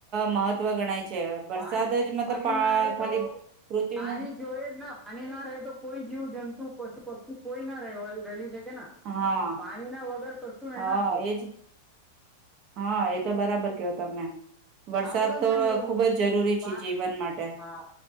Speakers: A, on the right; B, in the centre.
A: મહત્વ ગણાય છે વરસાદ
B: પા
A: જ મતલબ
B: પાણી
A: પા-
B: ના રહે
A: ખાલી
B: તો
A: પૃથ્વીમાં
B: પાણી જોઈ જ ના પાણી ના રહે તો કોઈ જીવ જંતુ પશુ પ કોઈ ના રહેવા રવિ છે.
A: હા
B: પાણી ના વગર કશું
A: હા
B: નયને આપણુ
A: એજ હા એ તો બરાબર કેહયો તમે વરસાદ
B: આપડો
A: તો
B: જ નહી
A: ખુબ જ જરૂરી છે
B: હા
A: જીવન માટે.